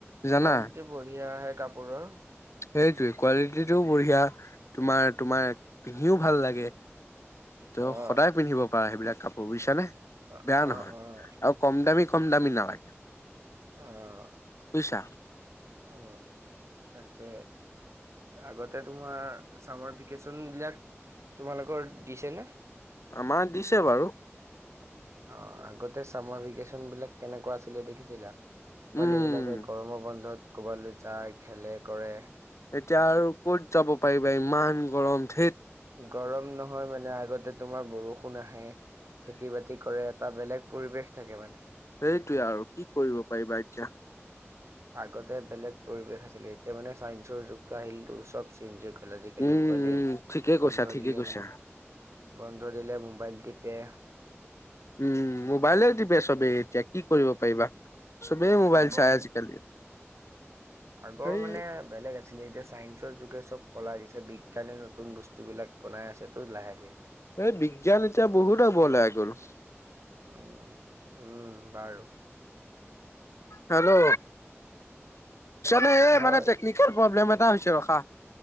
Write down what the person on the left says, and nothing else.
জানা।
সেইটোৱে কোৱালিটিটোও বঢ়িয়া তোমাৰ তোমাৰ পিন্ধিও ভাল লাগে ত
সদায় পিন্ধিব পাৰা সেইবিলাক কাপোৰ বুজিছানে
বেয়া নহয়
আৰু কম দামী কম দামী নালাগে
আছা
আমাৰ দিছে বাৰু
উম।
এতিয়া আৰু কত যাব পাৰিবা ইমান গৰম ঠেট
সেইটোৱে আৰু কি কৰিব পাৰিবা এতিয়া
উম
উম ঠিকে কৈছা
ঠিকে
কৈছা
উম মোবাইলে দিবে চবেই এতিয়া কি কৰিব পাৰিবা চবেই মোবাইল
চাই আজিকালি
সেই
এই বিজ্ঞান এতিয়া বহুত আগুৱালে আগৰু
হেল্লো নে এই
মানে টেকনিকেল প্ৰব্লেম এ হৈছে ৰখা